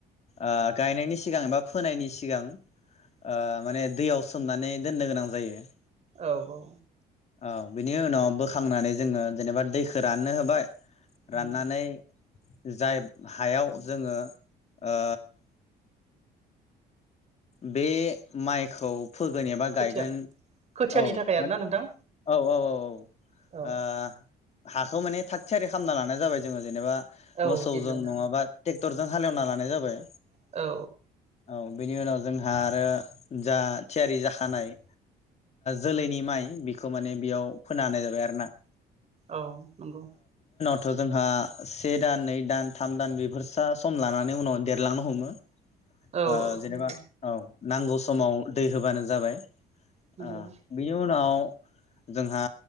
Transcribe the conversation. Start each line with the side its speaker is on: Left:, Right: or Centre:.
Left: ओ गायनायनि सिगां एबा फोनायनि सिगां ओ माने दैयाव सोमनानै दोन्नो गोनां जायो ।
Right: औ औ।
Left: औ बिनि उनाव बोखांनानै जोङो जेनेबा दैखौ रान्नो होबाय
Right: उम
Left: रान्नानै जाय हायाव जोङो ओ बे मायखौ फोगोन एबा
Right: खोथिया
Left: गायगोन
Right: खोथियानि
Left: औ
Right: थाखाय आरोना
Left: मान
Right: नोंथां
Left: औ औ औ औ ओ
Right: औ
Left: हाखौ माने थाग थियारि खालामना लानाय जाबाय जोङो जेनेबा
Right: औ
Left: मोसौजों
Right: गिबियावनो
Left: नङाबा टे क्टरजों हालेवना लानाय जाबाय
Right: औ।
Left: औ बिनि उनाव जोंहा आरो जा थियारि जाखानाय जोलैनि माय बेखौ माने बेयाव फोनो हानाय जाबाय आरो ना
Right: औ नोंगौ।
Left: थ जोंहा से दान नै दान थाम दान बेफोरसा सम लानानै उनाव देरलांनो हमो
Right: औ
Left: ओ
Right: औ
Left: जेनेबा
Right: नंगौ।
Left: औ नांगौ समाव दै होबानो जाबाय
Right: नंगौ
Left: आ बिनि उनाव जोंहा